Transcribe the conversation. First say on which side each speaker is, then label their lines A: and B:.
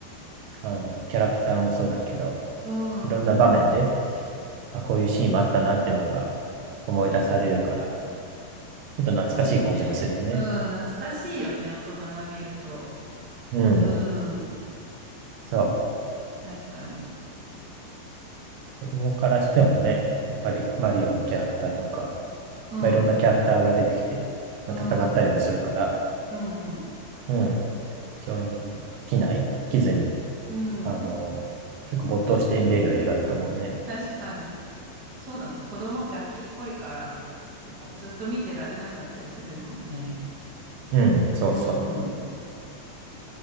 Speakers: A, on the right; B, on the right.
A: あの、キャラクターもそうだけど、
B: ん、
A: いろんな場面で、
B: うん
A: あ、こういうシーンもあったなっていうのが思い出されるから、ちょっと懐かしい感じもするよね。
B: いいね。うん、懐かしいよね、大人が見ると。
A: うん。
B: うん。
A: そ
B: 確かに。
A: う。子供からしてもね、やっぱりマリオのキャラクターとか、
B: うん、
A: まあ、いろんなキャラクターが出てきて、
B: うん、
A: まあ、戦ったりもするから、
B: うん、うん、
A: うん。非常に飽きない飽きずに、
B: うん。
A: あの、結構没頭して見れる映画だと思うね。
B: 確かに。そうだね。子供って飽きっぽいから、結構ずっと見てられなかったりするもんね。
A: うん、そうそ
B: うん、